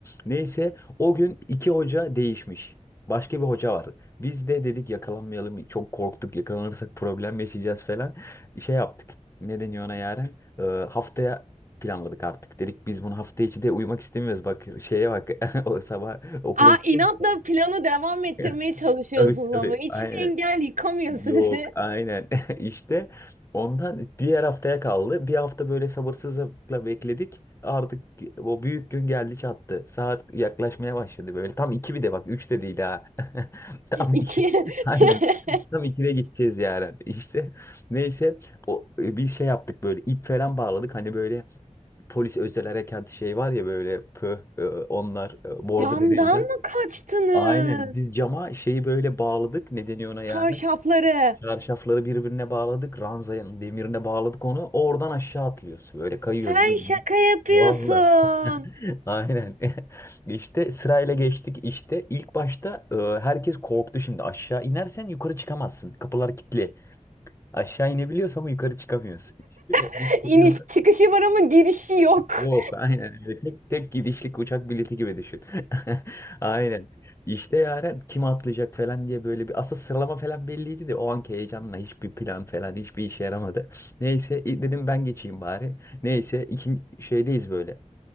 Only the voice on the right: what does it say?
Aa,
inatla planı devam ettirmeye
çalışıyorsunuz
ama hiçbir
engel yıkamıyor sizi.
<laughs> İki.
<laughs>
Camdan
mı kaçtınız?
Çarşafları.
Sen
şaka yapıyorsun.
<laughs>
İniş
çıkışı var ama girişi yok.